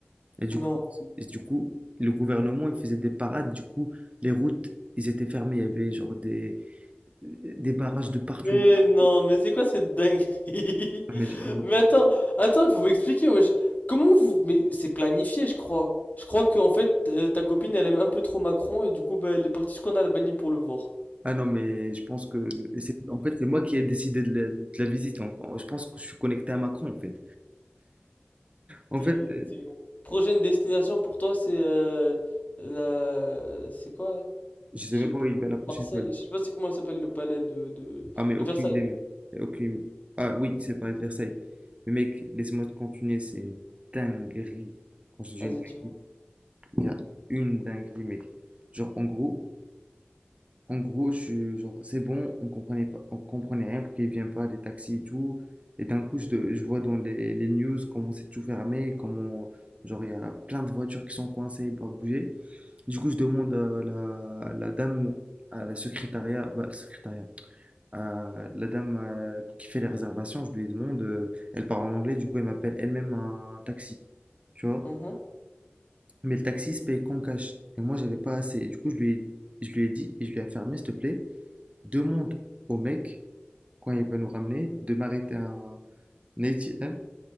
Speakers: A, on the right (about 35°); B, on the left (about 40°).
A: Et du coup,
B: Non.
A: et du coup, le gouvernement, il faisait des parades. Du coup, les routes, ils étaient fermés. Il y avait genre des, des barrages de partout.
B: Mais non, mais c'est quoi cette dinguerie?
A: Ah, Mais
B: <laughs>
A: je-
B: Mais attends, attends, il faut m'expliquer, wesh. Comment vous... Mais c'est planifié, je crois. Je crois que en fait, euh, ta copine, elle aime un peu trop Macron et du coup, bah, elle est partie jusqu'en Albanie pour le voir.
A: Ah non, mais je pense que... c'est- En fait, c'est moi qui ai décidé de la, de la visite. En- en- Je pense que je suis connecté à Macron, en fait. En
B: T'es-
A: fait, euh,
B: c'est bon. Prochaine destination pour toi, c'est euh, la... C'est quoi? là
A: je sais
B: Je sais
A: même pas
B: pas.
A: où il va la prochaine
B: Marseille.
A: fois.
B: Je sais pas c'est comment il s'appelle le palais de, de...
A: Ah, mais aucune
B: de Versailles.
A: idée, mais- mais aucune... Ah oui, c'est Paris de Versailles. Mais mec, laisse-moi te continuer, c'est une dinguerie. Quand je dis
B: Vas-y,
A: une dinguerie,
B: dis-moi.
A: il y a une dinguerie, mec. Genre, en gros, En gros, je suis genre, c'est bon, on comprenait pas, on comprenait rien, pourquoi il vient pas, des taxis et tout. Et d'un coup, je, de- je vois dans les, les news comment c'est tout fermé, comment, genre, il y a plein de voitures qui sont coincées, pas bouger. Du coup, je demande à la, la dame, à la secrétariat, bah, secrétariat, à la dame euh, qui fait les réservations, je lui demande, euh, elle parle en anglais, du coup, elle m'appelle elle-même un taxi, tu vois.
B: Mhm.
A: Mais le taxi se paye qu'en cash. Et moi, j'avais pas assez. Du coup, je lui ai, je lui ai dit, et je lui ai affirmé, s'il te plaît demande au mec, quand il va nous ramener, de m'arrêter à un ATM,